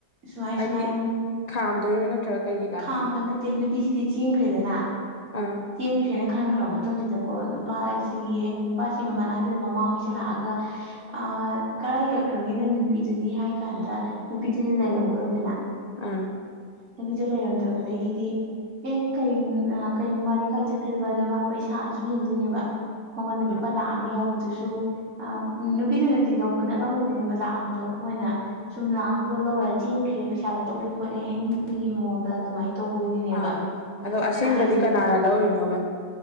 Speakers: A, on the right; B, on the left.
A: ꯁꯨꯃꯥꯏ
B: ꯍꯥꯏꯗꯤ
A: ꯁꯨꯃꯥꯏ
B: ꯈꯥꯝꯗꯣꯏꯔꯣ ꯅꯠꯇ꯭ꯔꯒ ꯀꯩꯒꯤ ꯂꯥꯛ
A: ꯈꯥꯝꯕ ꯅꯠꯇꯦ ꯅꯨꯄꯤꯁꯤꯗꯤ ꯆꯦꯟꯈ꯭ꯔꯦꯗꯅ
B: ꯑꯥ
A: ꯆꯦꯟꯈ꯭ꯔꯦꯅ ꯈꯟꯈ꯭ꯔꯕ ꯃꯇꯨꯡꯁꯤꯗ ꯀꯣ ꯅꯨꯄꯥꯁꯤꯒꯤ ꯍꯥꯏꯗꯤ ꯅꯨꯄꯥꯁꯤ ꯃꯅꯥꯛꯁꯤꯗ ꯃꯃꯥꯍꯣꯏꯁꯤꯂꯥꯛꯑꯒ ꯑ ꯀꯗꯥꯥꯏ ꯌꯧꯛꯈ꯭ꯔꯒꯦ ꯅꯪ ꯅꯨꯄꯤꯗꯨꯗꯤ ꯍꯥꯏ ꯀꯥꯟꯗ ꯅꯨꯄꯤꯗꯨꯗꯤ ꯂꯩꯔꯝꯃꯔꯣꯏꯗꯅ
B: ꯎꯝ
A: ꯅꯨꯄꯤꯗꯨ ꯂꯩꯔꯝꯗꯕꯗꯒꯤꯗꯤ ꯑꯦ ꯀ ꯀꯩꯅꯣ ꯃꯥꯗꯤ ꯀꯥꯏ ꯆꯠꯈ꯭ꯔꯤꯕ ꯑꯗꯨꯗ ꯃꯥ ꯄꯩꯁꯥꯁꯨ ꯌꯦꯡꯗꯣꯏꯅꯦꯕ ꯃꯉꯣꯟꯗ
B: ꯑꯥ
A: ꯂꯨꯄꯥ ꯂꯥꯛꯑꯝ ꯌꯥꯎꯕꯗꯨꯁꯨ ꯑ ꯅꯨꯄꯤꯗꯨꯅꯗꯤ ꯂꯧꯕ ꯅꯠꯂꯝꯃꯣꯏꯗꯣꯏꯅꯦꯕ ꯂꯥꯛꯑꯝꯗꯣ ꯃꯣꯏꯅ ꯁꯨꯝ ꯂꯥꯛꯑꯝꯗꯣ ꯂꯧꯔ ꯆꯦꯟꯈ꯭ꯔꯦ ꯄꯩꯁꯥꯗ ꯆꯣꯞꯄꯦ ꯈꯣꯠꯂꯦ ꯍꯥꯏꯅꯤꯡꯕꯒꯤ ꯃꯑꯣꯡꯗ ꯑꯗꯨꯃꯥꯏꯅ ꯇꯧꯕ ꯑꯣꯏꯗꯣꯏꯅꯦꯕ
B: ꯑꯥ ꯑꯗꯣ ꯑꯁꯦꯡꯕꯗꯤ
A: ꯑꯗꯨꯗꯤ
B: ꯀꯅꯥꯅ ꯂꯧꯔꯤꯅꯣꯕ